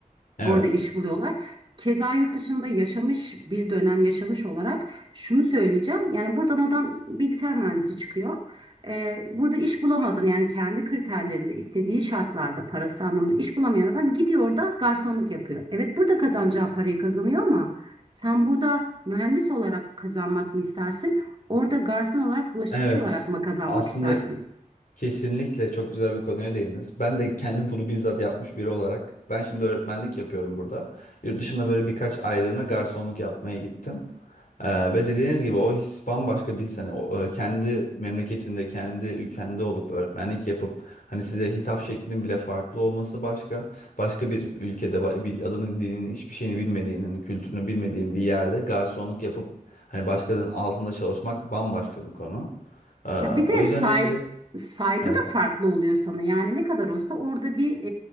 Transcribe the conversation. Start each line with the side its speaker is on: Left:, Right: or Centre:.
Left: Evet.
Right: Orada iş buluyorlar. Keza yurt dışında yaşamış bir dönem yaşamış olarak şunu söyleyeceğim. Yani buradan adam bilgisayar mühendisi çıkıyor. Ee, burada iş bulamadın yani kendi kriterlerinde istediği şartlarda parası anlamında iş bulamayan adam gidiyor da garsonluk yapıyor. Evet burada kazanacağı parayı kazanıyor ama sen burada mühendis olarak kazanmak mı istersin? Orada garson olarak bulaşıkçı
Left: Evet.
Right: olarak mı kazanmak
Left: Aslında
Right: istersin?
Left: Kesinlikle çok güzel bir konuya değindiniz. Ben de kendim bunu bizzat yapmış biri olarak. Ben şimdi öğretmenlik yapıyorum burada. Yurt dışında böyle birkaç aylığına garsonluk yapmaya gittim. Ee, ve dediğiniz gibi o his bambaşka bir his. Hani o, e, kendi memleketinde, kendi ülkende olup öğretmenlik yapıp hani size hitap şeklinin bile farklı olması başka. Başka bir ülkede ba- bir adını, dilini, hiçbir şeyini bilmediğin, hani kültürünü bilmediğin bir yerde garsonluk yapıp hani başkalarının altında çalışmak bambaşka bir konu. Ee,
Right: Ya bir
Left: o
Right: de
Left: yüzden
Right: say,
Left: işte
Right: saygı
Left: evet.
Right: da farklı oluyor sana. Yani ne kadar olsa orada bir